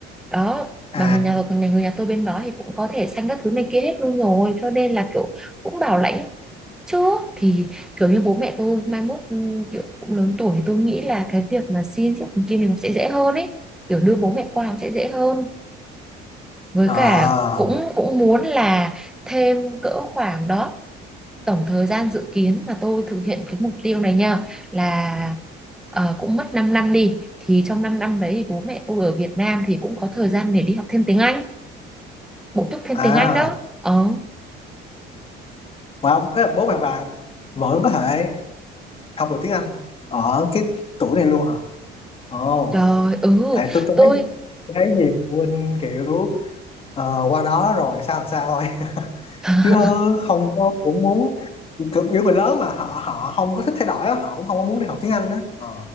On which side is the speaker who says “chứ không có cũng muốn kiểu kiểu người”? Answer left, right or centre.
Left